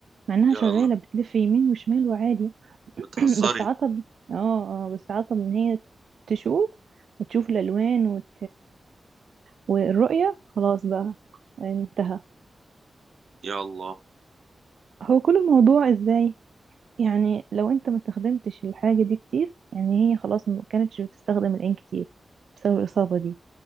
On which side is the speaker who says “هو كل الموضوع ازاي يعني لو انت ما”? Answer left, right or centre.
Right